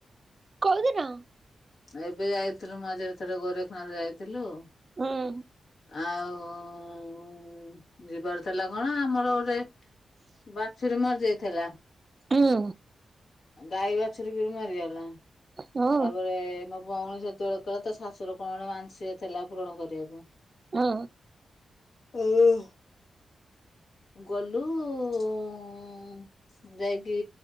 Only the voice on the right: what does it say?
କୋଉଦିନ?
ଉଁ ଉଁ।
ହୁଁ
ହୁଁ
ଉଁ।